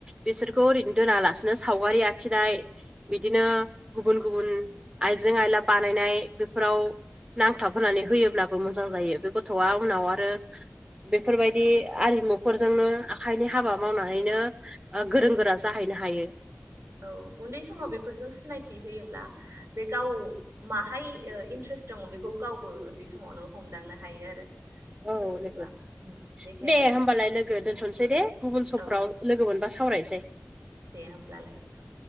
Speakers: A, on the right; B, on the right.
A: बिसोरखौ ओरैनो दोनालासिनो सावगारि आखिनाय बि बिदिनो गुबुन गुबुन आइजें आयला बानायनाय बेफोराव नांथाबहोनानै होयोब्लाबो मोजां जायो बे गथ'वा उनाव आरो बेफोरबायदि आरिमुफोरजोंनो आखाइनि हाबा मावनानैनो ओ गोरों गोरा जाहैनो हायो
B: औ उन्दै समाव बेफोरजों सिनायथि होयोब्ला बे गाव माहाय ओ इन्ट्रेस्ट दङ बेखौ गावबो ओन्दै समावनो हमदांनो हायो आरो
A: औ
B: बेबायदिबा
A: लोगो
B: उम देखायदो
A: दे होमबालाय लोगो दोन्थ'नसै दे गुबुन समफ्राव
B: औ
A: लोगो मोनबा सावरायसै
B: दे होमब्लालाय औ